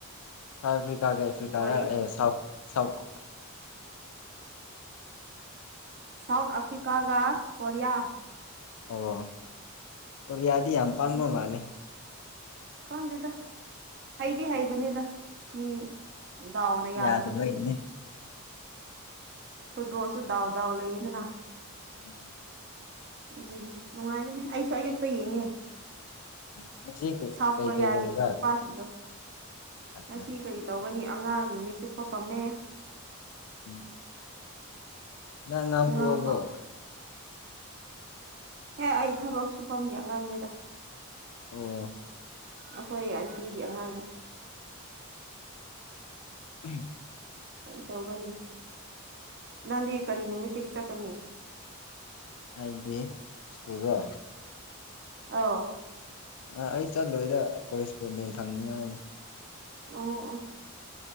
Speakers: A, on the left; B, on the right.
A: ꯁꯥꯎꯠ ꯑꯐ꯭ꯔꯤꯀꯥꯒ ꯑꯦꯐ꯭ꯔꯤꯀꯥꯒ
B: ꯀꯣꯔꯤ
A: ꯑꯦ ꯁꯥꯎ ꯁꯥꯎꯠ
B: ꯁꯥꯎꯠ ꯑꯐ꯭ꯔꯤꯀꯥꯒ ꯀꯣꯔꯤꯌꯥ
A: ꯑꯣ ꯀ ꯌꯥ ꯀ ꯌꯥꯝ ꯄꯥꯡꯕ
B: ꯑꯁ
A: ꯃꯥꯜꯂꯦ
B: ꯈꯪꯗꯦꯗ ꯍꯩꯗꯤ
A: ꯎꯝ
B: ꯍꯥꯏꯩꯕꯅꯦꯗ ꯃꯤ ꯗꯥꯎꯅ ꯌꯥꯗꯕꯒꯤꯅꯤ
A: ꯌꯥꯗꯕꯩꯅꯦ
B: ꯐꯨꯠꯕꯣꯜꯁꯨꯗꯥꯎꯗꯥꯎ ꯂꯩꯗꯅ
A: ꯎꯝ
B: ꯑꯗꯨꯅꯤ ꯅꯨꯡꯉꯥꯏꯔꯅꯦ ꯑꯩꯁꯨ ꯑꯌꯨꯛꯇ ꯌꯦꯡꯉꯦ
A: <inaudible>
B: ꯁꯥꯎꯠ ꯀꯣꯔꯤꯌꯥꯒꯤ
A: ꯀꯩ ꯂꯩꯕ꯭ꯔꯥ
B: ꯅꯨꯄꯥꯁꯤꯡꯗꯨꯣ
A: ꯑꯠꯆꯥ
B: ꯉ ꯀꯔꯤ ꯇꯧꯒꯅꯤ ꯑꯉꯥꯡ ꯅꯨꯃꯤꯠ ꯆꯨꯞꯄ ꯄꯝꯃꯦ
A: ꯎꯝ ꯏ ꯉ
B: ꯑꯉꯥꯡ
A: ꯄꯕꯣ
B: ꯑꯦꯦ ꯑꯩ ꯊꯕꯛ ꯁꯨ ꯐꯝꯒꯦ ꯑꯉꯥꯡꯒꯤꯗ
A: ꯑꯣ
B: ꯑꯩꯈꯣꯏ ꯑꯟꯇꯤꯒꯤ ꯑꯉꯥꯡꯅꯦ
A: ꯎꯝ
B: ꯀ ꯇꯧꯒꯅꯤ ꯅꯪꯗꯤ ꯀꯔꯤ ꯅꯨꯃꯤꯠꯇꯒꯤ ꯆꯠꯀꯅꯤ
A: ꯑꯥꯏꯕꯗꯤ ꯁ꯭ꯀꯨꯜꯔꯣ
B: ꯑꯥ
A: ꯑ ꯑꯩ ꯆꯠꯂꯣꯏꯗ ꯀꯣꯔꯦꯁꯄꯣꯟꯗꯦꯟ ꯐꯪꯅꯤꯉꯥꯏꯅꯦ
B: ꯑꯣ ꯑꯣ